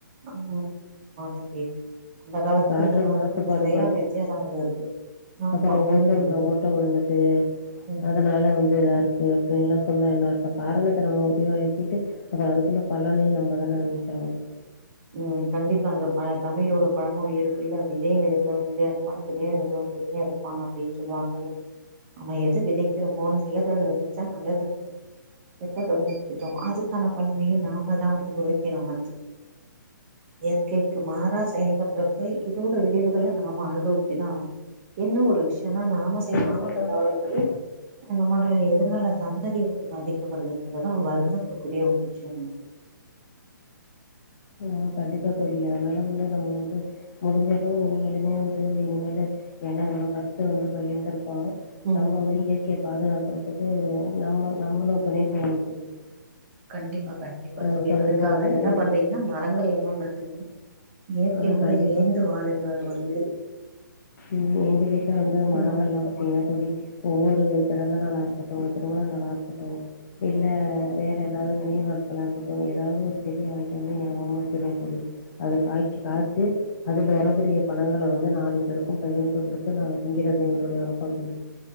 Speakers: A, on the right; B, on the left.
A: ஆ ஆமா ஆமா தோழி அந்த காலத்துக்கு
B: காற்று
A: இந்த காலத்துக்கு
B: மாசுபாடு
A: நெறையா வித்தியாசங்கள் இருக்கு ஆமா
B: அப்றோ ஓசோன்ல
A: உண்மையிலே
B: ஓட்ட விழுந்துட்டு
A: ம்
B: அதனால வந்து இதா இருக்கு அப்டில்லா சொன்னா என்ன அர்த்தோ காரணத்த நம்ம உருவாக்கிட்டு அப்ப அதுக்குள்ள பலனையு நம்மதானே அனுபவிச்சி ஆகனோ
A: ம் கண்டிப்பா அந்த தமிழ்ல ஒரு பழமொழி இருக்குல்ல விதய விதைத்தவன் விதை அறுப்பான் தினய விதைத்தவன் தினை அறுப் பான் அப்டின்னு சொல்லுவாங்கல்ல நாம எத விதைக்கிறோமோ நல்லது நெனச்சா நல்லது ந கெட்டத வெதச்சிட்டோ அதுக்கான பலனயோ நாம தா அனுபவிக்கணு வந்து இயற்கைக்கு மாறா செயல்பர்ற பேய் இதோட விளைவுகள நாம அனுபவிச்சுதா ஆனோ என்ன ஒரு விஷயோன்னா நாம செய்து
B: ஆமா
A: வந்த
B: தோழி
A: தவறுக்கு நம்மளுடைய எதிர்கால சந்ததி வந்து பாதிக்கப்படுதுன்றதா வருந்தத்துக்குரிய ஒரு விஷயோ வந்து
B: அ கண்டிப்பா தோழி அதனால வந்து நம்ம வந்து முடிஞ்சளவு நீங்களுமே வந்து இனிமேல ஏனா எவ்ளோ கருத்த வந்து பகிர்ந்துருக்கோ
A: ம்
B: நம்ம வந்து இயற்கைய பாதுகாக்கறதுக்கு நம்ம நம்மளு துணை போனு தோழி
A: கண்டிப்பா கண்டிப்பா
B: அ
A: தோழி
B: துணை
A: அதுக்காக
B: போவோம்.
A: என்ன பண்றீங்கன்னா மரங்கள் எல்லா நடுங்க இயற்கையோடு
B: அ கண்டிப்பா.
A: இயந்து வாழுங்கள் வந்து
B: ம் எங்க வீட்ல வந்து
A: குடும்ப
B: மரங்கள்ல்லா இல்ல தோழி ஒவ்வொரு பிறந்த நாளா இருக்கட்டோ திருமண நாளா இருக்கட்டோ இல்ல வேற ஏதாவது நினைவு நாட்களா இருக்கட்டோ ஏதாவது ஒரு செடிய வாங்கிட்டு வந்து ஞாபகமாக வச்சுருவ தோழி அது காயிக்கு காய்ச்சு அதுல வரக்கூடிய பழங்கள வந்து நாலு பேர்க்கு பகிர்ந்து குடுத்து நாங்க திங்கறது எங்களுடைய வழக்கோ தோழி